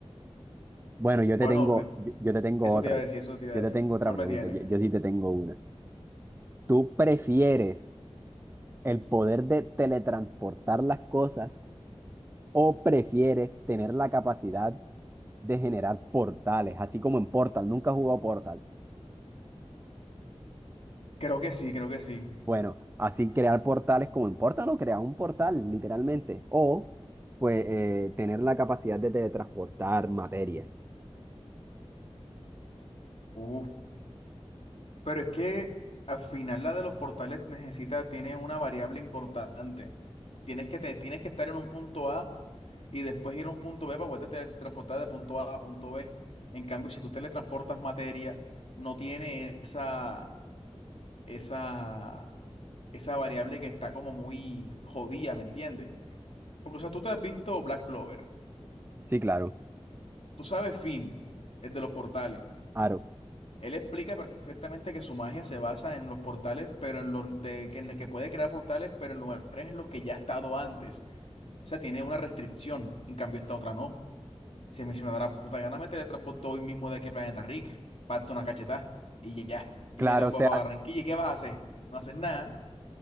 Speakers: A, on the right; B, on the left.
A: Bueno, yo
B: Bueno,
A: te tengo,
B: me-
A: yo yo te tengo
B: eso
A: otra,
B: te iba a decir, eso te iba
A: yo
B: a decir.
A: te tengo otra
B: ¿Cuál
A: pregunta,
B: me tiene?
A: yo, yo sí te tengo una. ¿Tú prefieres el poder de teletransportar las cosas o prefieres tener la capacidad de generar portales, así como en Portal? Nunca has jugado Portal.
B: Creo que sí, creo que sí.
A: Bueno, así crear portales como en Portal o crear un portal, literalmente. O, pues, eh, tener la capacidad de teletransportar materia.
B: Uf. Pero es que al final la de los portales necesita, tiene una variable importante. Tienes que, te- tienes que estar en un punto A y después ir a un punto B para poder teletransportar de punto A a punto B. En cambio, si tú teletransportas materia, no tiene esa, esa, esa variable que está como muy jodida, ¿me entiendes? Porque, o sea, tú te has visto Black Clover,
A: Sí, claro.
B: tú sabes Finn, el de los portales.
A: Claro,
B: Él explica perfectamente que su magia se basa en los portales, pero en los de que, en el que puede crear portales, pero en lugares en los que ya ha estado antes. O sea, tiene una restricción. En cambio, esta otra no. Si a mí se me da la puta gana, me teletransporto hoy mismo de aquí al planeta Rick, parto una cachetada y ya. Y
A: claro,
B: me devuelvo
A: o sea,
B: para Barranquilla. ¿Y qué vas a hacer? No haces nada.